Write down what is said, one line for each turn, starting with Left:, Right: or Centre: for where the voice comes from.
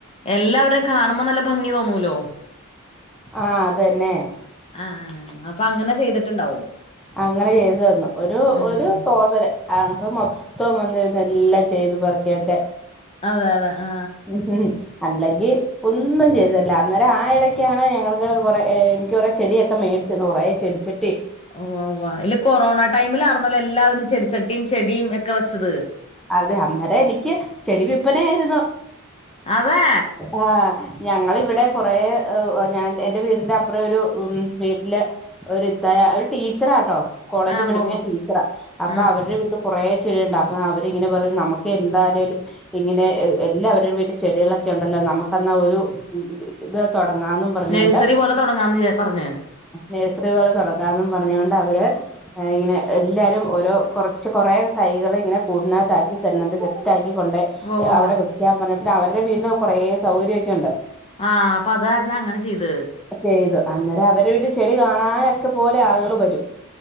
Left: എല്ലാവരെയുകാണുമ്പോ നല്ല ഭംഗി തോന്നൂല്ലോ
Centre: ആ അത് തന്നെ
Left: ആഹ് അങ്ങനെ ചെയ്തിട്ടുണ്ടാവും
Centre: അങ്ങനെ ചെയ്തു തന്നു ഒരു
Left: ഉം
Centre: ഒരു തോതല് അപ്പംമൊത്തം വന്നിരുന്ന് എല്ലാം ചെയ്തു പറക്കി യൊക്ക
Left: അതെ അതെ ആ
Centre: ഉം ഉം അല്ലങ്കി ഒന്നും ചെയ്തുതരില്ലഅന്നേരം ആയിടയ്ക്കാണ് ഞങ്ങൾക്ക് കുറെേ എനിക്ക് കുറെ ചെടിയൊക്കെ മേടിച്ചുതന്ന്കുറെ ചെടിച്ചട്ടിയും
Left: ഉവ്വ ഉവ്വ ഇല്ല കൊറോണ ടൈമിലാർന്നല്ലോ എല്ലാവരും ചെടിച്ചട്ടിയും ചെടിയും ഒക്കെ വെച്ചത്
Centre: അതെ അന്നേരം എനിക്ക് ചെടി വില്പനയായിരുന്നു
Left: അതെ
Centre: ആ ഞങ്ങളിവിടെ കൊറെ ഞാൻ എന്റെ വീടിന്റെ അപ്പുറം ഒരു ഉ വീട്ടില് ഒരു ഇത്തായ ഒരു ടീച്ചറാട്ടോ കോളേജ്
Left: ആഹ്
Centre: പഠിപ്പിക്കുന്നടീച്ചറാ
Left: ഉവ്വ ഉവ്വ
Centre: അപ്പൊ
Left: ആഹ്
Centre: അവരുടെ <unintelligible> കുറേ ചെടിയുണ്ട്അപ്പൊ അവരിങ്ങനെ പറയും നമുക്ക് എന്താലേലും ഇങ്ങനെ എല്ലാവരും വീട്ടിൽ ചെടികളൊക്കെ ഉണ്ടല്ലോ നമ്മുകെന്നാ ഒരു ഇത് തൊടങ്ങാന്നും പറഞ്ഞോണ്ട്
Left: നഴ്സറി പോലെ തുടങ്ങാന്ന്ല്ലേ പറഞ്ഞേ
Centre: നേഴ്സറി പോലെ തുടങ്ങാന്നും പറഞ്ഞുകൊണ്ട് അവര് ഇങ്ങനെ എല്ലാരും ഓരോ കുറച്ച് കൊറേ തൈകള് ഇങ്ങനെ കൂടിനകത്താക്കി തന്നിട്ട് സെറ്റാക്കി കൊണ്ട്അവിടെ
Left: ഉവ്വ ഉവ്വ ഉവ്വ.
Centre: വ ക പറഞ്ഞെ അവരുടെ വീട്ടില് കുറെ സൗകര്യക്കെ ഉണ്ട്
Left: ആഹ് അപ്പൊ അത് കാരണം അങ്ങനെ ചെയ്ത്
Centre: ചെയ്തു അന്നേരം അവരെ വീട്ടിൽ ചെടി കാണാനൊ പോലെ ആളുകൾ വരും